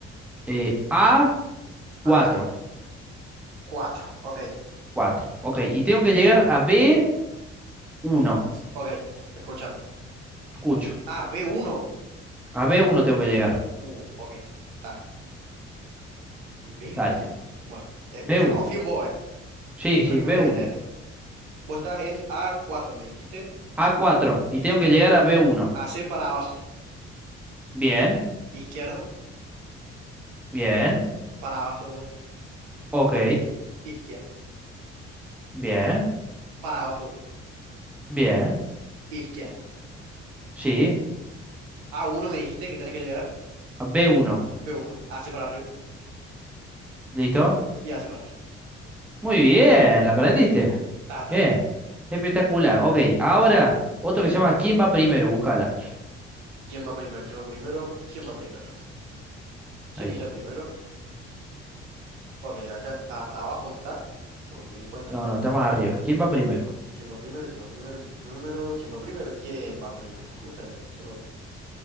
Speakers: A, in the centre; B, on the right.
A: eh, a cuatro.
B: A, cuatro. Ok,
A: Cuatro. Ok, y tengo que llegar a b uno,
B: ok, escúchame.
A: Escucho.
B: Ah, b uno
A: A b uno tengo que llegar.
B: Uh, ok, está. b
A: Dale.
B: uno Bueno, eh,
A: b
B: yo
A: uno,
B: confío en vos, ¿eh?
A: Sí,
B: Espero
A: sí,
B: que me
A: b
B: estés
A: uno,
B: entendiendo. Vos estás en a cuatro me dijiste.
A: a cuatro, Y
B: Listo.
A: tengo que llegar a b uno,
B: AC para abajo.
A: Bien,
B: Izquierda,
A: bien.
B: para abajo de vuelta.
A: Ok,
B: Izquierda,
A: bien,
B: para abajo de vuelta.
A: bien.
B: Izquierda.
A: Sí,
B: a uno me dijiste que tenés que llegar.
A: a b uno,
B: B1. AC para arriba
A: ¿Listo?
B: y AC para arriba.
A: Muy bien, la aprendiste.
B: Ta, ta,
A: Bien.
B: ta.
A: Espectacular. Ok, ahora otro que se llama ¿Quién va primero? Búscala.
B: ¿Quién va primero? ¿Quién va primero? ¿Quién
A: Qui-
B: va primero? ¿Quién
A: Ahí está.
B: irá primero? Ok, acá a- abajo no está, por lo que me di cuenta.
A: No, no, está más arriba. ¿Quién va primero?
B: ¿Quién va primero? ¿Quién va primero? ¿Quién va primero? ¿Quién va primero? ¿Quién va primero? Justamente, ¿quién va primero?